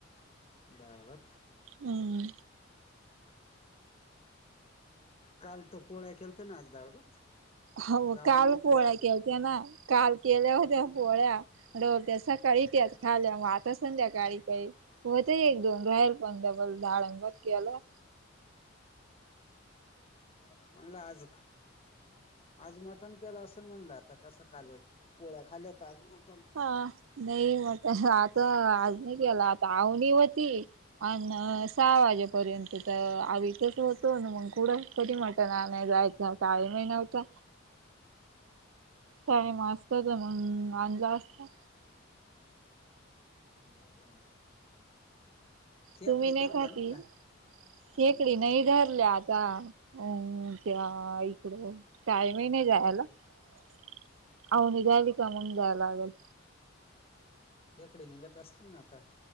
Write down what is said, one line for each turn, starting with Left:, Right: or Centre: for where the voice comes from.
Left: <unintelligible>
Right: अम्म.
Left: काल तू पोळ्या केलत्या ना आज डाळ भात?
Right: हो
Left: आज आवनी
Right: काल
Left: घेतल्या
Right: पोळ्या
Left: आज
Right: केलत्या ना काल केल्या होत्या
Left: मग
Right: पोळ्या. <unintelligible> सकाळी त्या खाल्ल्या मग आता संध्याकाळी काही. <unintelligible> एक दोन राहील पण डबल <unintelligible> केलं.
Left: म्हणलं आज आज मटण केलं असेल म्हणलं आता कसं काल पोळ्या खाल्ल्या तर आज मटण.
Right: हां नाही मटण आता आज नाही केला आता आवनी होती आ न सहा वाजेपर्यंत तर <unintelligible> होतो ना मग कुढं कधी मटण आणाय जाय च टाईमही नव्हता.
Left: <inaudible>
Right: टाईम असतं तर मंग आणला असता.
Left: <unintelligible> खेकडे
Right: तुम्ही नाही
Left: धरले
Right: खाती?
Left: का?
Right: खेकडी
Left: आम्ही
Right: नाही
Left: खात
Right: धरल्या आता. अ त्या इकडं टाईमही नाही जायला. <unintelligible> झाली का मंग जायला लागेल.
Left: याकडे निघत असतील ना आता?